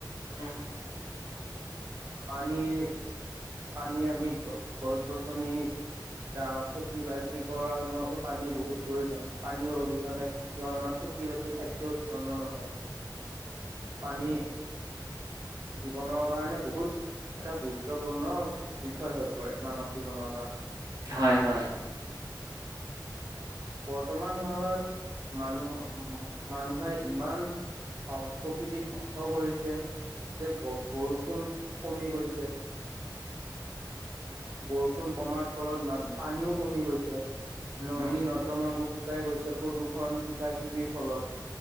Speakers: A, on the right; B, on the right.
A: উম
B: পানীৰ পানী আমি গ গছ গছনি যাওঁ, খেতি বাতি কৰাৰ সময়তো পানীৰ বহুত প্ৰয়োজন, পানী অবিহনে ধৰণৰ খেতি বাতি খাদ্য উৎপন্ন নহয়, পানি জীৱনৰ কাৰণে বহুত এটা গুৰুত্বপূৰ্ণ বিষয় হৈ পৰে মানৱ জীৱনৰ কাৰণে।
A: হয় হয়।
B: বৰ্তমান সময়ত মানুহ মানুহে ইমান সং প্ৰকৃতিত ধংস কৰিছে। যে বৰষুণ কমি গৈছে। বৰষুণ কমাৰ ফলত মান পানীও কমি গৈছে। নদী
A: উম
B: নৰ্দমাবোৰ শুকাই গৈছে, প্ৰদূষণ কিবা কিবিৰ ফলত।